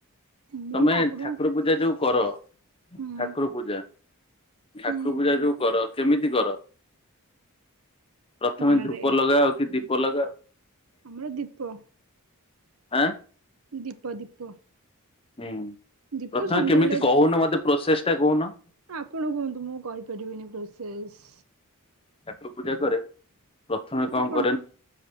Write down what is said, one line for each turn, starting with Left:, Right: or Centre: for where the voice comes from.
Right: ମୁଁ
Left: ତମେ
Right: ଠାକୁରଙ୍କୁ
Left: ଠାକୁର ପୂଜା ଯୋଉ କର
Right: ହୁଁ
Left: ଠାକୁର ପୂଜା, ଠାକୁର
Right: ହୁଁ
Left: ପୂଜା ଯୋଉ କର। କେମିତି କର? ପ୍ରଥମେ
Right: ମନରେ
Left: ଧୂପ ଲଗା ଆଉ କି ଦୀପ ଲଗାଅ?
Right: ଆମର ଦୀପ।
Left: ହାଁ?
Right: ଦୀପ ଦୀପ।
Left: ହୁଁ
Right: ଦୀପ
Left: ପ୍ରଥମେ
Right: ସନ୍ଧ୍ୟାବେଳେ
Left: କେମିତି କହୁନ ମତେ ପ୍ରୋସେସ ଟା କହୁନ?
Right: ଆପଣ କୁହନ୍ତୁ ମୁଁ କହିପାରିବିନି ପ୍ରୋସେସ୍।
Left: ଠାକୁ ପୂଜା କରେ ପ୍ରଥମେ କଣ
Right: ଆପଣ
Left: କରେ ନା?